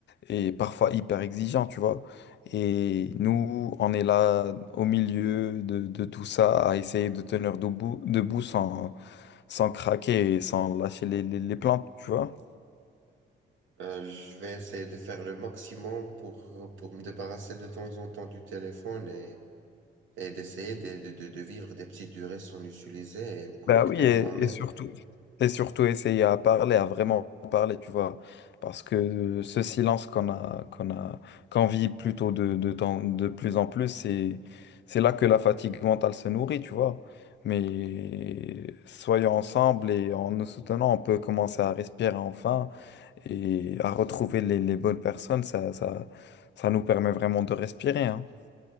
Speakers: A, on the left (about 60°); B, on the right (about 75°).
A: et parfois hyper exigeant, tu vois. Et nous, on est là au milieu de, de tout ça à essayer de tenir debout, debout sans, sans craquer et sans lâcher les, les, les plantes, tu vois.
B: Ben, je vais essayer de faire le maximum pour, pour me débarrasser de temps en temps du téléphone et et d'essayer de, de, de de vivre des petites durées sans l'utiliser et me connecter
A: Bah oui, et,
B: à moi-même.
A: et surtout, et surtout essayer à parler, à vraiment parler, tu vois. Parce que ce silence qu'on a, qu'on a, qu'on vit plutôt de, de, temps- de plus en plus, c'est, c'est là que la fatigue mentale se nourrit, tu vois. Mais soyons ensemble et en nous soutenant, on peut commencer à respirer enfin et à retrouver les, les bonnes personnes. Ça, ça, ça nous permet vraiment de respirer, hein.